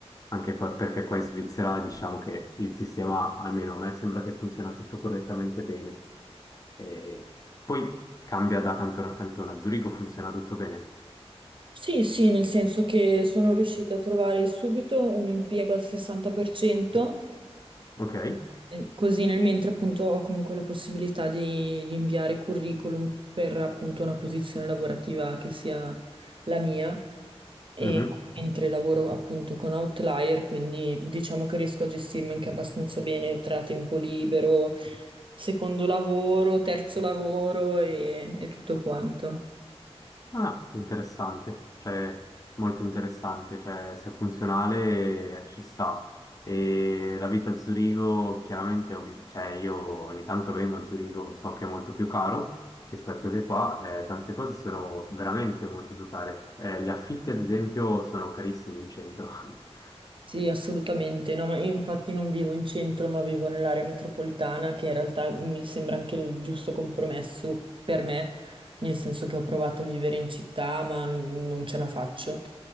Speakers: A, on the left; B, on the right.
A: Anche qua- perché qua in Svizzera diciamo che il sistema, almeno a me, sembra che funziona tutto correttamente bene. E poi cambia da cantone a cantone. A Zurigo funziona tutto bene.
B: Sì, sì, nel senso che sono riuscita a trovare subito un impiego al 60%,
A: Ok?
B: eh, così nel mentre appunto ho comunque la possibilità di, di inviare curriculum per appunto una posizione lavorativa che sia la mia e
A: Mhm.
B: mentre lavoro appunto con Outlier, quindi diciamo che riesco a gestirmi anche abbastanza bene tra tempo libero, secondo lavoro, terzo lavoro e, e tutto quanto.
A: Ah, interessante, cioè molto interessante, cioè se è funzionale eh, ci sta. E la vita a Zurigo, chiaramente, ho vi- cioè io ogni tanto vengo a Zurigo, so che è molto più caro rispetto che qua, eh, tante cose sono veramente molto più care. Eh, gli affitti, ad esempio, sono carissimi in centro, <laughs>
B: Sì, assolutamente. No, ma io infatti non vivo in centro, ma vivo nell'area metropolitana, che in realtà mi sembra anche il giusto compromesso per me, nel senso che ho provato a vivere in città, ma non ce la faccio.